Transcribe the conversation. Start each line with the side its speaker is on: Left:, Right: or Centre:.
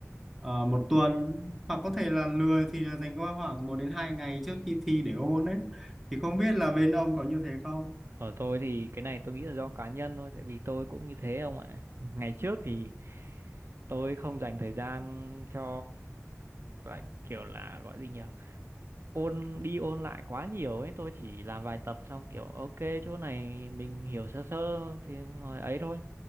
Centre: ờ, một tuần hoặc có thể là lười thì là dành qua khoảng một đến hai ngày trước khi thi để ôn ấy thì không biết là bên ông có như thế không
Right: Ở tôi thì cái này tôi nghĩ là do cá nhân thôi tại vì tôi cũng như thế không ạ ngày trước thì tôi không dành thời gian cho lại kiểu là gọi gì nhỉ ôn đi ôn lại quá nhiều ấy tôi chỉ làm vài tập xong kiểu ok chỗ này mình hiểu sơ sơ thì ngồi ấy thôi